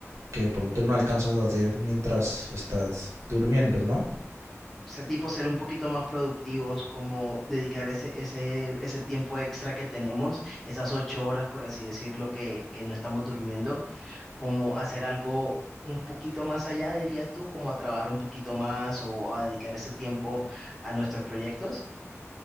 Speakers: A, on the right (about 70°); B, in the centre.
A: que de pronto no alcanzas a hacer mientras estás durmiendo, ¿no?
B: O sea, tipo ser un poquito más productivos, como dedicar ese, ese, ese tiempo extra que tenemos, esas ocho horas, por así decirlo, que, que no estamos durmiendo, como hacer algo un poquito más allá, dirías tú, como a trabajar un poquito más o a dedicar ese tiempo a nuestros proyectos.